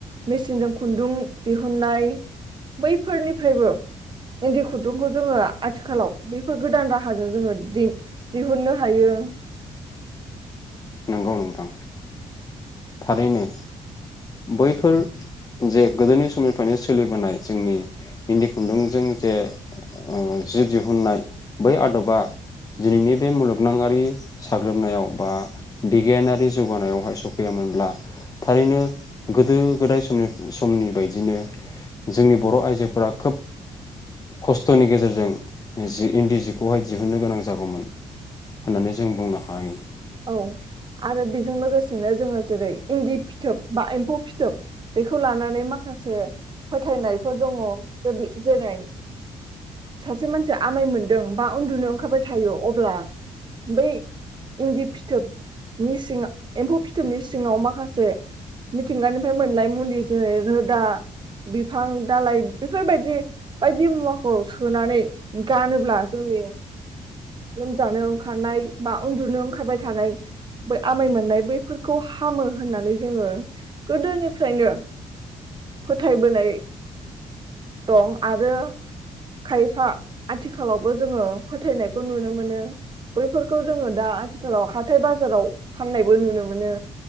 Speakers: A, on the right; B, on the left.
A: मेसिनजों खुन्दुं दिहुननाय बैफोरनिफ्रायबो इन्दि खुन्दुंखौ जोङो आथिखालाव बैफोर गोदान राहाजों जोङो दि-दिहुननो हायो।
B: नंगौ नोंथां थारैनो बैफोर जे गोदोनि समनिफ्रायनो सोलिबोनाय जोंनि इन्दि खुन्दुंजों जे ओ जि दिहुननाय बै आदबा दिनैनि बे मुलुगनांआरि साग्लोबनायाव बा बिगियानारि जौगानायावहाय सफैयामोनब्ला थारैनो गोदो गोदाय समनि-समनि बायदिनो जोंनि बर' आइजोफोरा खोब खस्थ'नि गेजेरजों जि इन्दि जिखौहाय दिहुननो गोनां जागौमोन होननानै जों बुंनो हायो
A: औ आरो बेजों लोगोसेनो जोङो जेरै इन्दि फिथोब बा एम्फौ फिथोब बेखौ लानानै माखासे फोथायनायफोर दङ जे जेरै सासे मानसिया आमाय मोनदों बा उन्दुनो ओंखारबाय थायो अब्ला बै इन्दि फिथोबनि सिङा एम्फौ फिथोबनि सिङाव माखासे मिथिंगानिफ्राय मोनलाय मुलि जेरै रोदा बिफां दालाइ बेफोरबायदि बायदि मुवाखौ सोनानै गानोब्ला जोंनि लोमजानो ओंखारनाय बा उन्दुनो ओंखारबाय थानाय बै आमाय मोननाय बैफोरखौ हामो होननानै जोङो गोदोनिफ्रायनो फोथायबोनाय दं आरो खायफा आथिखालावबो जोङो फोथायनाय खौ नुनो मोनो बैफोरखौ जोङो दा आथिखालाव हाथाय बाजाराव फाननायबो नुनो मोनो